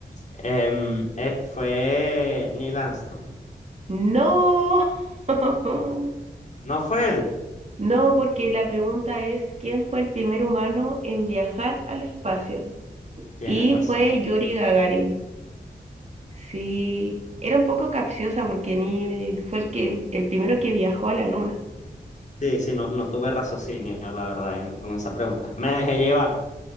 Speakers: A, on the left; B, on the right.
A: Em, eh, fue Neil Armstrong.
B: No. <laughs>
A: No fue él.
B: No, porque la pregunta es ¿quién fue el primer humano en viajar al espacio?
A: Tienes
B: Y
A: razón.
B: fue Yuri Gagarin. Sí, era un poco capciosa porque Neil fue el que, el primero que viajó a la luna. <laughs>
A: Sí, sí, no, no tuve raciocinio, la verdad, en- con esa pregunta. Me dejé llevar.